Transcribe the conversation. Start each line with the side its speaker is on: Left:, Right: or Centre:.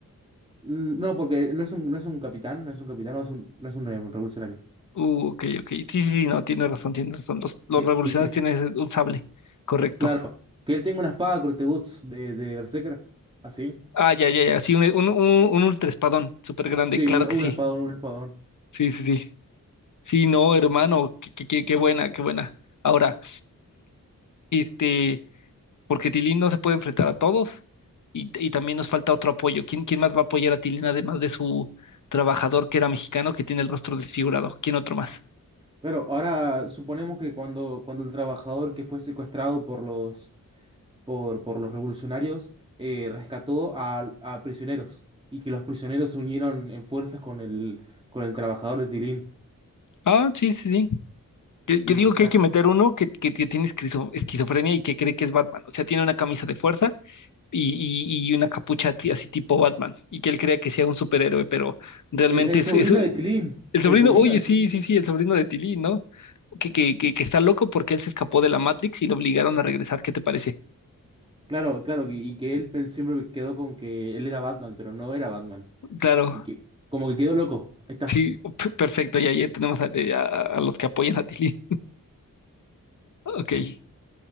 Right: mm, no, porque no es un, no es un capitán, no es un capitán, no es un, no es un eh, revolucionario.
Left: Uh, ok, ok. Sí, sí, sí, no, tiene razón, tiene razón. Los, los
Right: Que,
Left: revolucionarios
Right: que, que es,
Left: tienen ese- un sable, correcto.
Right: claro, que él tenga una espada corte boots de, de Berserker, así.
Left: Ah, ya, ya, ya. Sí, un, un, un, un ultraespadón súper grande,
Right: Sí,
Left: claro
Right: una,
Left: que
Right: un
Left: sí.
Right: espadón, un espadón.
Left: Sí, sí, sí. Sí, no, hermano, qué, qué, qué- qué buena, qué buena. Ahora, este, porque Tilín no se puede enfrentar a todos y, y también nos falta otro apoyo. ¿Quién, quién más va a apoyar a Tilín además de su trabajador que era mexicano que tiene el rostro desfigurado? ¿Quién otro más?
Right: Pero ahora suponemos que cuando, cuando el trabajador que fue secuestrado por los, por, por los revolucionarios eh, rescató a, a prisioneros y que los prisioneros se unieron en fuerzas con el, con el trabajador de Tilín
Left: Ah, sí, sí, sí. Yo, yo
Right: y
Left: digo
Right: trajo...
Left: que hay que meter uno que, que, que tiene esquizo- esquizofrenia y que cree que es Batman. O sea, tiene una camisa de fuerza y, y- y una capucha ti- así tipo Batman. Y que él crea que sea un superhéroe, pero realmente
Right: El, el
Left: es,
Right: sobrino
Left: es-
Right: de Tilín,
Left: El
Right: el
Left: sobrino,
Right: sobrino
Left: oye,
Right: de
Left: sí,
Right: Tilín.
Left: sí,
Right: ¿no?
Left: sí, el sobrino de Tilly, ¿no? Que, que, que, que está loco porque él se escapó de la Matrix y lo obligaron a regresar. ¿Qué te parece?
Right: Claro, claro, que- y que él pen- siempre quedó con que él era Batman, pero no era Batman.
Left: Claro,
Right: Y que como que quedó loco, ahí está.
Left: sí, p- perfecto. Ya, ya tenemos a, eh, a- a los que apoyan a Tilly. Ok.